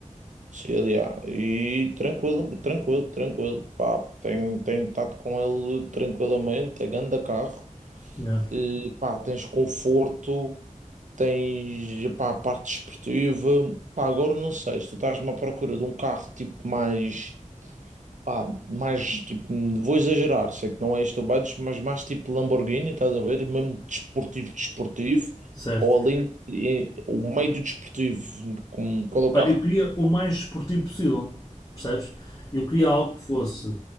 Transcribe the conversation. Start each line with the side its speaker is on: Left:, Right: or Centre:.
Right: C L A e tranquilo, tranquilo, tranquilo, pá, tenho, tenho estado com ele tranquilamente, é grande carro.
Left: Yeah.
Right: Eh, pá, tens conforto, tens, pá, a parte desportiva. Pá, agora não sei, se tu estás-me à procura de um carro tipo mais, pá, mais tipo, vou exagerar, sei que não é este o budget, mas mais tipo Lamborghini, estás a ver? E Mesmo desportivo, desportivo,
Left: Certo.
Right: ou além, eh, o meio do desportivo, como, qual é o
Left: Pá,
Right: carro?
Left: Eu queria o mais esportivo possível, percebes? Eu queria algo que fosse